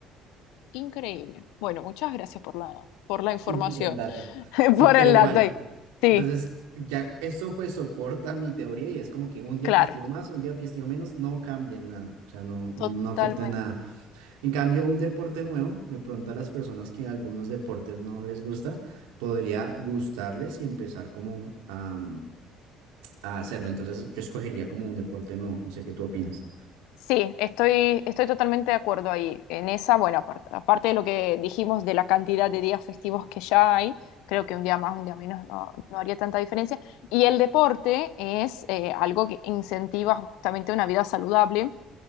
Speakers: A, on the left; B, on the right.
A: increíble. Bueno, muchas gracias por la, por la información,
B: por el dato.
A: <laughs>
B: Sí,
A: por
B: pero
A: el
B: igual.
A: dato ahí. Sí,
B: Entonces, ya eso pues soporta mi teoría y es como que un día
A: claro,
B: festivo más, un día festivo menos, no cambia en nada. O sea, no, no
A: totalmente.
B: afecta en nada. En cambio, un deporte nuevo, de pronto a las personas que algunos deportes no les gusta, podría gustarles y empezar como a, a hacerlo. Entonces, yo escogería como un deporte nuevo. No sé qué tú opinas.
A: Sí, estoy, estoy totalmente de acuerdo ahí. En esa, bueno, aparte, aparte de lo que dijimos de la cantidad de días festivos que ya hay, creo que un día más, un día menos no, no haría tanta diferencia. Y el deporte es eh, algo que incentiva justamente una vida saludable